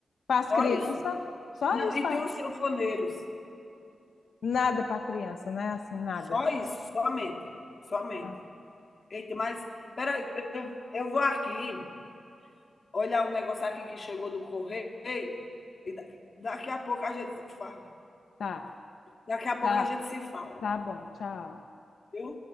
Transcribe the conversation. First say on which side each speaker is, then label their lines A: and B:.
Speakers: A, on the left (about 80°); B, on the left (about 40°).
A: para as
B: Só
A: crianças?
B: isso.
A: Só
B: Não,
A: isso
B: e
A: para
B: tem os sanfoneiros.
A: nada para a criança, né? Assim, nada.
B: Só isso, somente, somente.
A: Ah,
B: Eita, mas peraí, eu, eu vou aqui olhar um negócio aqui que chegou do correio e da- daqui a pouco a gente se fala.
A: tá,
B: Daqui a pouco
A: tá,
B: a gente se fala,
A: tá bom, tchau.
B: viu?